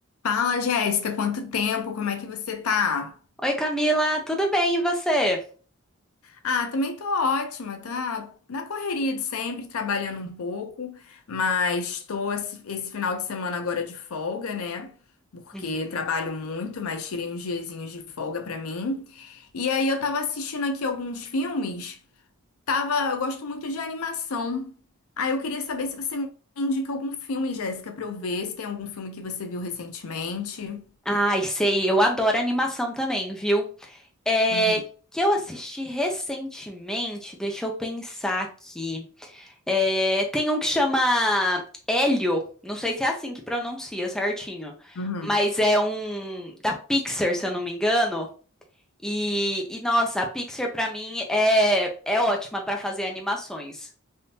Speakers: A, on the left; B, in the centre.
A: Fala, Jéssica, quanto tempo? Como é que você tá?
B: Oi, Camila, tudo bem e você?
A: Ah, também tô ótima, tá na correria de sempre, trabalhando um pouco, mas tô esse esse final de semana agora de folga, né? Porque
B: Uhum.
A: trabalho muito, mas tirei uns diazinhos de folga pra mim. E aí eu tava assistindo aqui alguns filmes, tava, eu gosto muito de animação. Ah, eu queria saber se você me indica algum filme, Jéssica, pra eu ver, se tem algum filme que você viu recentemente.
B: Ai, sei, eu adoro animação também, viu? É
A: Uhum,
B: que eu assisti recentemente, deixa eu pensar aqui. É, tem um que chama Hélio, não sei se é assim que pronuncia certinho,
A: uhum.
B: mas é um da Pixar, se eu não me engano. E, e, nossa, a Pixar pra mim é, é ótima pra fazer animações.